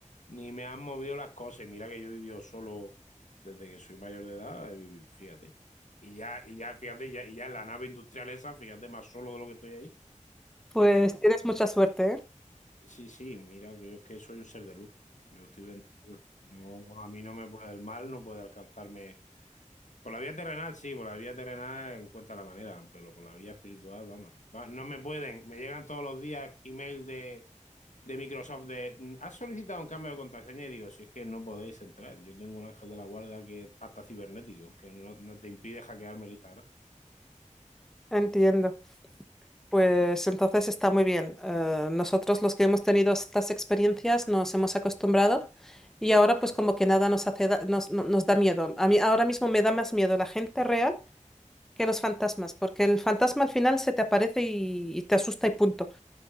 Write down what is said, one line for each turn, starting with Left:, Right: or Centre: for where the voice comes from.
Left: ni me han movido las cosas. Y mira que yo he vivido solo desde que soy mayor de edad, he vivido- fíjate. Y ya, y ya, fíjate, ya, y ya en la nave industrial esa, fíjate, más solo de lo que estoy ahí.
Centre: Pues
Left: Que,
Centre: tienes mucha suerte, ¿eh?
Left: sí, sí, mira, yo es que soy un ser de luz. Yo estoy bendecido. No, a mí no me puede el mal, no puede alcanzarme por la vía terrenal, sí, por la vía terrenal encuentra la manera, pero por la vía espiritual, vamos. Va- no me pueden, me llegan todos los días email de, de Microsoft de, ¿has solicitado un cambio de contraseña? Y digo, si es que no podéis entrar, yo tengo un ángel de la guarda que es hasta cibernético, que no, no te impide hackearme el Instagram.
Centre: Entiendo. Pues entonces está muy bien. Eh, nosotros los que hemos tenido estas experiencias nos hemos acostumbrado y ahora pues como que nada nos hace da- nos, no- nos da miedo. A mí ahora mismo me da más miedo la gente real que los fantasmas, porque el fantasma al final se te aparece y, y te asusta y punto.